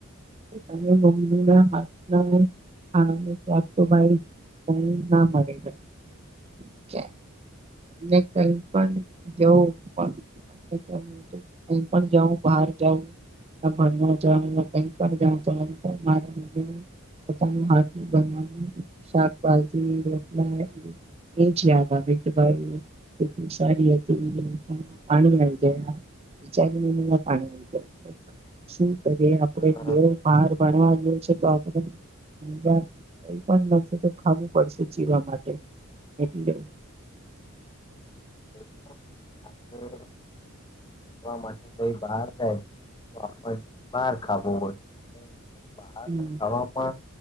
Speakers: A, on the right; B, on the left.
A: અને મમ્મી ના હાથના આણંદું મા ના મળે <inaudible> તમને કઈ પણ જવું <inaudible> જાઉ બહાર જાઉ <inaudible> ભણ કઈક જવું મારે <inaudible> પોતાનું હાથ બનાવ શાકભાજી રોટલા <inaudible> એજ યાદ આવે કે ભાઈ એટલી સારી હતી પાણી આવીઈ ગયા. ચારિ પાણી શું કરીએ આપડે
B: હા
A: લેવ <inaudible> ભણવા ગયો છે તો આપણે જ કઈ પણ નશે તો ખાવું પડશે જીવા માટે <inaudible> હમ <inaudible>
B: <unintelligible> <inaudible> જ્યારે માટે કઈ બહાર જાય તો બહાર ખાવું હો બહાર
A: હમ
B: ના ખાવા પણ